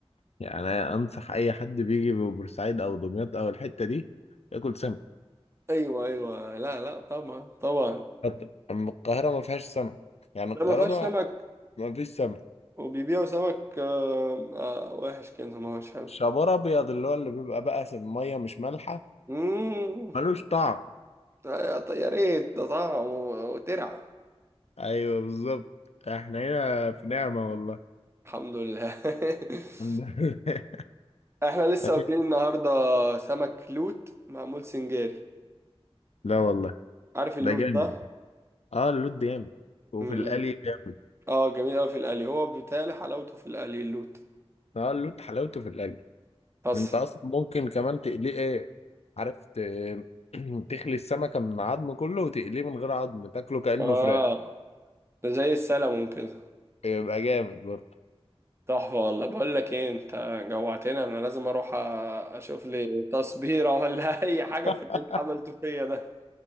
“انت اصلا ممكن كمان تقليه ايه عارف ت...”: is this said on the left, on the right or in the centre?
Left